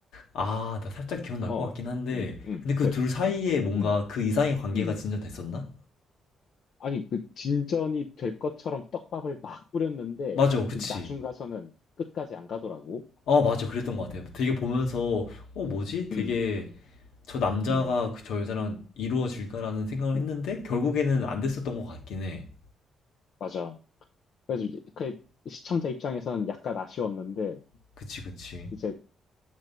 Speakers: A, on the left (about 80°); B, on the left (about 60°).
A: 아, 나 살짝 기억날
B: 어.
A: 것 같긴 한데.
B: 음, 음.
A: 근데 그
B: 그,
A: 둘 사이에 뭔가
B: 음,
A: 그 이상의 관계가
B: 음.
A: 진전됐었나?
B: 아니, 그 진전이 될 것처럼 떡밥을 막 뿌렸는데,
A: 맞아. 그치.
B: 그 나중 가서는 끝까지 안 가더라고.
A: 어, 맞아. 그랬던 것 같아요. 되게 보면서, 어, 뭐지? 되게
B: 음,
A: 저 남자가
B: 음,
A: 그 저 여자랑 이루어질까라는 생각을
B: 음,
A: 했는데, 결국에는 안 됐었던
B: 음.
A: 것 같긴 해.
B: 맞아. 그래서 이제 그 시청자 입장에선 약간 아쉬웠는데,
A: 그치, 그치.
B: 이제